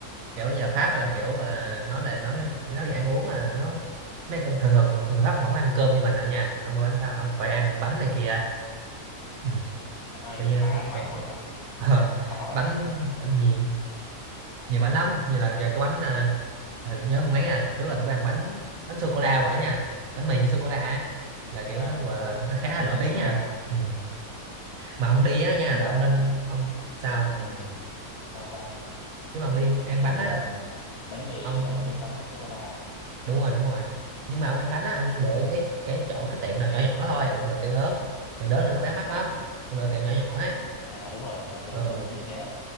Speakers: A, on the right (about 70°); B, on the left (about 70°).
A: kiểu giờ Pháp là kiểu là nói là nói nói về ăn uống là nó mấy cái- thường thường người Pháp không có ăn cơm như mình đâu nha ông phải ăn Pháp, ông phải ăn bánh này kia ừ.
B: Trời,
A: kiểu như
B: phải ăn bánh
A: ờ,
B: luôn hả?
A: ờ,
B: Khó vậy.
A: bánh,
B: Ờ,
A: bánh nhiều, nhiều bánh lắm như là kìa, có bánh à, à, nhớ mấy ngày đặt trước là tụi tôi ăn bánh bánh sô cô la vậy nha bánh mì với sô cô la á là
B: À,
A: kiểu nó gọi là nó khá
B: bánh
A: là
B: mì
A: nổi
B: nhân
A: tiếng
B: sô
A: nha
B: cô la
A: ừ mà ông đi á nha
B: kiểu như
A: là
B: là
A: ông nên ông sao
B: ừ, sao sao?
A: nếu mà ông đi ăn bánh
B: Kiểu như
A: á
B: là bánh mì
A: ông
B: xong rồi bên trong nó có sô cô la.
A: đúng rồi đúng rồi nhưng mà ông ăn bánh á ông lựa
B: À,
A: cái cái chỗ cái tiệm nào nhỏ nhỏ thôi đừng lựa tiệm lớn tiệm lớn là nó bán mắc lắm ông lựa tiệm nhỏ nhỏ ấy
B: à à, đúng rồi, tôi, tôi,
A: ờ
B: cũng- tôi cũng nghĩ thế.